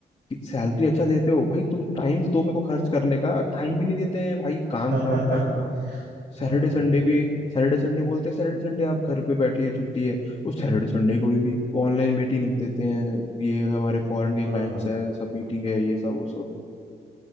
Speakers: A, on the left; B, on the right.
A: कि सैलरी अच्छा देते हो भाई तुम टाइम तो मेरे को खर्च करने का टाइम ही नहीं देते हैं भाई काम
B: <laughs>
A: काम काम काम सैटरडे
B: हाँ
A: संडे भी सैटरडे संडे बोलते हैं सैटरडे संडे आप घर पे बैठिए छुट्टी है उस सैटरडे संडे को भी ऑनलाइन मीटिंग रख देते हैं ये हमारे फॉरेन के
B: हाँ
A: क्लाइंट्स हैं सब मीटिंग है ये सब वो सब